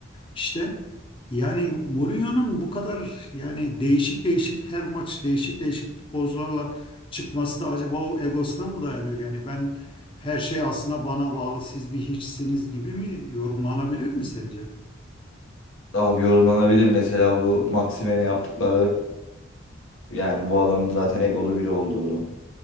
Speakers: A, on the left; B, on the left.
A: işte yani Mourinho'nun bu kadar yani değişik değişik her maç değişik değişik futbolcularla çıkması da acaba o egosuna mı dayanıyor? Yani ben her şey aslında bana bağlı siz bir hiçsiniz gibi mi yorumlanabilir mi sence?
B: Abi yorumlanabilir mesela bu Maximen'e yaptıkları yani bu adamın zaten egolu biri olduğunu,